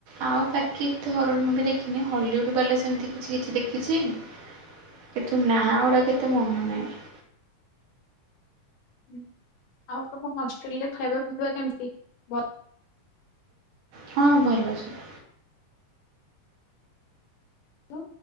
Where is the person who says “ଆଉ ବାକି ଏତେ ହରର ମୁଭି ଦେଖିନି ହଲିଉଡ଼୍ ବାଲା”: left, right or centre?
Right